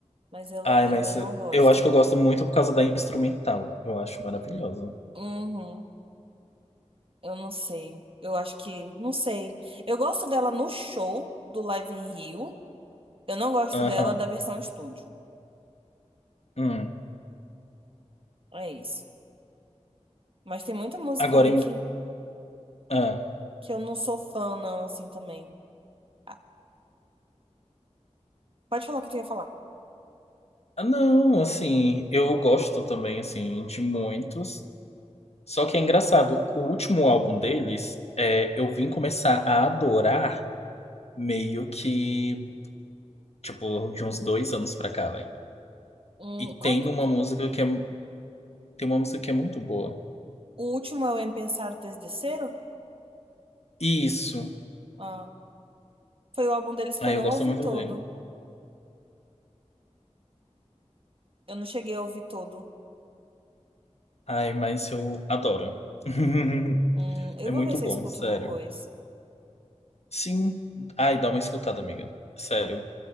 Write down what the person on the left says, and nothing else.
Ai,
mas
eu acho que eu gosto muito por causa da instrumental. Eu acho maravilhosa.
Aham.
Hum.
Agora,
em...
ah.
Ah, Não, assim, eu gosto também, assim, de muitos. Só que é engraçado, o último álbum deles, é, eu vim começar a adorar meio que. tipo, de uns dois anos pra cá, velho.
E
tem
uma
música que é, tem uma música que é muito boa.
E Isso.
aí
eu gosto
muito
dele.
Ai, mas eu adoro. <laughs>
É
muito
bom,
sério.
Sim. Ai, dá uma escutada, amiga. Sério.